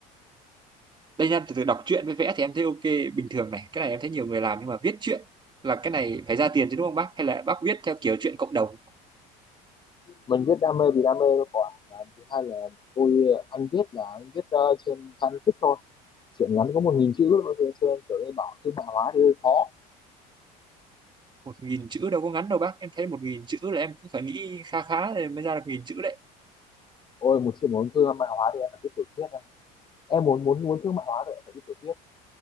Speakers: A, on the right (about 25°); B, on the left (about 25°).
A: đây nha từ từ đọc truyện với vẽ thì em thấy ok bình thường này cái này em thấy nhiều người làm nhưng mà viết truyện là cái này phải ra tiền chứ đúng không bác hay là bác viết theo kiểu truyện cộng đồng
B: mình viết đam mê vì đam mê thôi quả và thứ hai là tôi anh viết là anh viết uh, trên fanfic thôi chuyện ngắn có một nghìn chữ nó sẽ kiểu như bảo thương mại hóa thì hơi khó
A: một nghìn chữ đâu có ngắn đâu bác em thấy một nghìn chữ là em cũng phải nghĩ khá khá để mới ra được nghìn chữ đấy
B: Ôi một chuyện muốn thương mại hóa thì em phải viết tiểu thuyết em ạ. em muốn muốn muốn thương mại hóa thì em phải viết tiểu thuyết